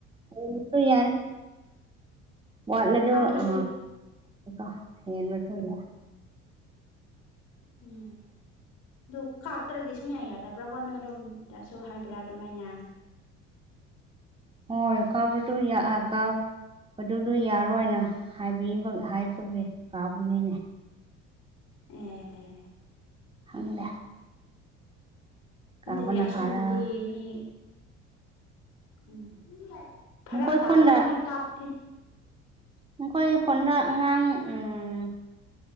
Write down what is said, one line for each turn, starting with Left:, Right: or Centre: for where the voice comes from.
Right: ꯑꯣ <unintelligible> ꯌꯥꯔꯦ ꯋꯥꯠꯂꯗꯨ
Left: ꯀꯥꯞꯇ꯭ꯔꯁꯨ
Right: ꯑ ꯐ ꯍꯦꯟꯕꯁꯨ ꯌꯥꯏ
Left: ꯎꯝ ꯑꯗꯨ ꯀꯥꯞꯇ꯭ꯔꯗꯤ ꯁꯨꯡꯌꯥ ꯌꯥꯗꯕ꯭ꯔꯥꯀꯣ ꯅꯣꯏꯔꯣꯝꯗꯁꯨ ꯍꯥꯏꯕ꯭ꯔꯥ ꯑꯗꯨꯃꯥꯏꯅ
Right: ꯍꯣꯏ ꯀꯥꯞꯔ ꯇꯨ ꯌꯥꯑꯥ ꯀꯥꯞ ꯑꯗꯨꯗꯣ ꯌꯥꯔꯣꯏꯅ ꯍꯥꯏꯕꯤꯕ ꯍꯥꯏꯕꯒꯤ ꯀꯥꯞꯄꯅꯤꯅꯦ
Left: ꯑꯦ
Right: ꯍꯪꯗꯦ
Left: ꯈꯪꯗꯦꯅꯦ
Right: ꯀꯥꯕꯅ
Left: ꯑꯁꯣꯝꯗꯗꯤ
Right: ꯐꯔ
Left: ꯃꯤ ꯎꯝ ꯐꯔꯛ
Right: ꯅꯈꯣꯏ
Left: ꯇꯥꯕ
Right: ꯈꯨꯟꯗ
Left: ꯃꯣꯏ ꯀꯥꯞꯀꯦ
Right: ꯑꯩꯈꯣꯏ ꯍꯣꯟꯗ ꯑꯉꯥꯡ ꯎꯝ